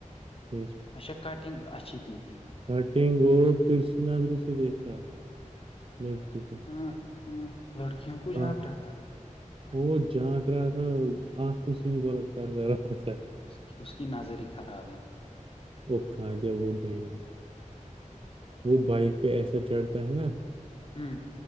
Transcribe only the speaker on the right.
فی ب
کٹنگ اور ترسیناادرو سے دیکھا لڑکے کو
ہاں
وہ جھانگ رہا تھا آنکھ کو صحی بلاتکار کر رہا تھا
وہکھا ج وہ ڈگر وہ بائک پہ ایسا چڑھتا ہے نا